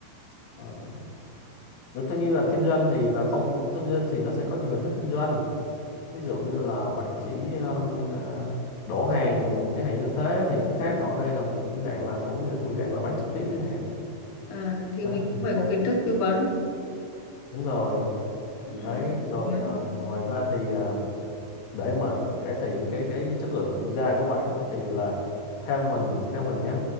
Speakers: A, on the left; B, on the left.
A: ờ, Đó, tất nhiên là kinh doanh thì là không tất nhiên thì nó sẽ có nhiều hình thức kinh doanh ví dụ như là bạn chỉ um, à, đổ hàng chẳng hạn như thế thì nó khác
B: Ừ.
A: còn ở đây là một cái dạng là cũng thuộc dạng là bán trực tiếp chẳng hạn
B: À, thì
A: đấy
B: mình cũng phải có kiến thức tư vấn.
A: đúng rồi
B: Ừ.
A: đấy rồi
B: Khám.
A: à, ngoài ra thì à, để mà cải thiện cái cái chất lượng da của bạn á, thì là theo mình theo mình nhé